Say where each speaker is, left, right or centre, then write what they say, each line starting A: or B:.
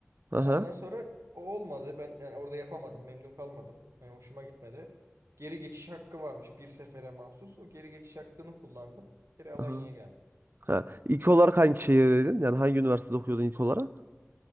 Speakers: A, on the right (about 45°); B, on the right (about 80°).
A: Hı hı.
B: Ondan sonra o olmadı. Ben yani orada yapamadım. Memnun kalmadım. Yani hoşuma gitmedi. Geri geçiş hakkı varmış bir sefere mahsus. O geri geçiş hakkını kullandım. Geri Alanya'ya
A: Hı hı.
B: geldim.
A: Ha. İlk olarak hangi şehirdeydin? Yani hangi üniversitede okuyordun ilk olarak?